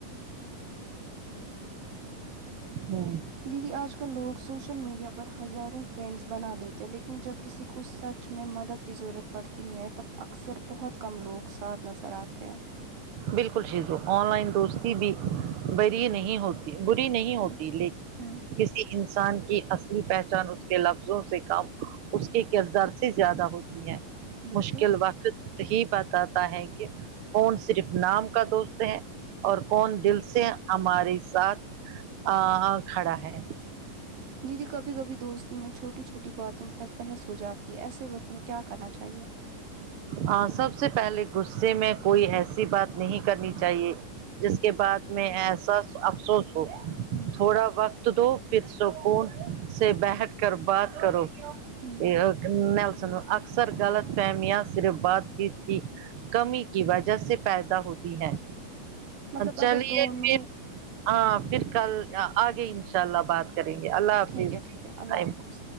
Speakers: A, on the right (about 50°); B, on the right (about 90°).
A: ہمم
B: دیدی آج کل لوگ سوشل میڈیا پر ہزاروں فرینڈس بنا لیتے لیکن جب کسی کو سچ اس میں مدد کی ضرورت پڑتی ہے تب اکثر بہت کم لوگ ساتھ نظر آتے ہیں
A: بالکل شیزو آن لائن دوستی بھی بری نہیں ہوتی بری نہیں ہوتی
B: ہ
A: لیکن
B: ہ
A: کسی ان انسان کی اصلی پہچان اس کے لفظوں سے کم اس کے کردار سے زیادہ ہوتی ہے
B: بالکل
A: مشکل وقت ہی بتاتا ہے کہ کون سا صرف نام کا دوست ہے اور کون دل سے ہمارے ساتھ ا کھڑا ہے
B: دیدی کبھی کبھی دوستی میں چھوٹی چھوٹی باتوں پر بحث ہو جاتی ہے ایسے وقت میں کیا کرنا چاہیے
A: ہاں سب سے پہلے غصے میں کوئی ایسی بات نہیں کرنی چاہیے جس کے بعد میں احساس افسوس ہوں
B: ہ
A: تھوڑا وقت دو پھر سکون سے بیٹھ کر بات کرو
B: ہ
A: یہ <unintelligible> اکثر غلط فمیاں صرف بات چیت کی کمی کی وجہ سے پیدا ہوتی ہیں
B: مطلب اگر
A: چلیے
B: دونوں
A: پھر ہاں پھر کل آگے ان شاء اللہ بات کریں گے اللہ حافظ
B: ٹھیک ہے ٹھیک ہے اللہ
A: ٹائم
B: حافظ